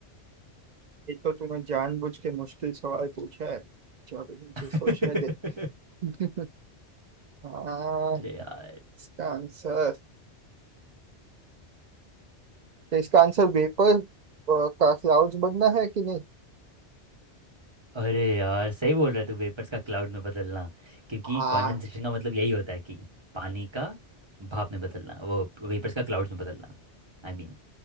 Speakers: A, on the right (about 60°); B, on the right (about 25°).
A: ये तो तूने जानबूझ के मुश्किल सवाल पूछा है चलो मुझे
B: अरे
A: सोचने दे <laughs> हाँ
B: यार
A: इसका आंसर तो इसका आंसर वेपर का क्लाउड बनना है कि नहीं
B: अरे यार सही बोल रहा है तू वेपर्स का क्लाउड में बदलना क्योंकि
A: हाँ
B: कंडेंसेशन का मतलब यही होता है कि पानी का भाप में बदलना वो वेपर्स का क्लाउड्स में बदलना आई I मीन mean,